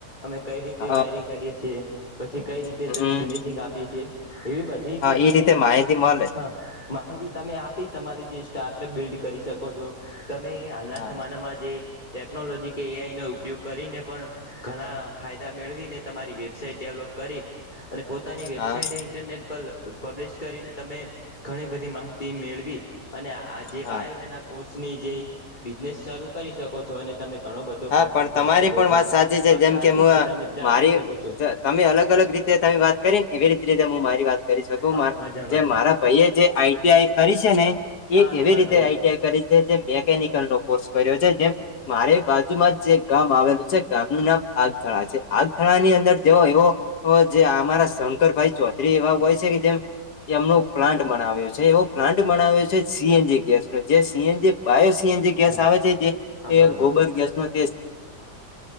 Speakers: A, on the left (about 25°); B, on the left (about 75°).
A: અમે કઈ રીતે
B: હ
A: વાયરિંગ કરીએ છીએ પછી કઈ રીતે
B: હમ
A: તેને ફિનિશિંગ આપીએ છીએ એવી બધી
B: હા
A: જે
B: એઈ
A: તમે
B: રીતે માહિતી મળે
A: હા માહિતી તમે આપી તમારી જે સ્ટાર્ટઅપ બિલ્ડ કરી શકો છો તમે એ હાલના
B: હા
A: સમાનામાં જે ટેકનોલોજી કે એઆઈનો ઉપયોગ કરીને પણ ઘણા ફાયદા મેળવીને તમારી વેબસાઈટ ડેવલોપ કરી અને પોતાની વેબસાાઈટે
B: હા
A: ઇન્ટરનેટ પર પબ્લિશ કરીને તમે ઘણી બધી માહિતી મેળવી અને આ જે
B: હા
A: વાયર મેના કોર્સ ની જે બિઝનેસ શરૂ કરી શકો છો અને તમે ઘણો બધો
B: હા
A: પ્રોફિટ
B: પણ તમારી
A: કરી શકો
B: પણ
A: છો
B: વાત સાચી છે
A: વાત
B: જેમ
A: સાચી
B: કે મ
A: છે તમે જણાવી
B: મારી
A: શકો છો
B: તમે અલગ અલગ રી તે તમે વાત કરીને એવી રી રીતે હું મારી વાત કરી શકું
A: હા
B: માર
A: હા જણાવ
B: જે મારા ભાઈ જે આઈટીઆઈ કરી છે ને એ
A: હા
B: એવી
A: તમારા
B: રીતે
A: ભાઈ
B: આઆઈ કરી છે જે મેકેનિકલ નો કોર્સ કર્યો છે જેમ મારે બાજુ જે ગામ આવેલું છે ગામ ન નામ આગથળ છે આગથળ ની અંદર જેવો એવો જે અરા શંકરભાઈ ચૌધરી એવા હોય છે કે જેમ એમનો પ્લાન્ટ બનાવ્યો છે એવો પ્લાન્ટ બનાવ્યો છે સીએનજી ગેસ ન જે સીએનજી બાયો સીએનજી ગેસ
A: હા
B: આવે છે
A: હા
B: જે
A: બરોબર
B: ગોબર ગેસ ગેસતો હોય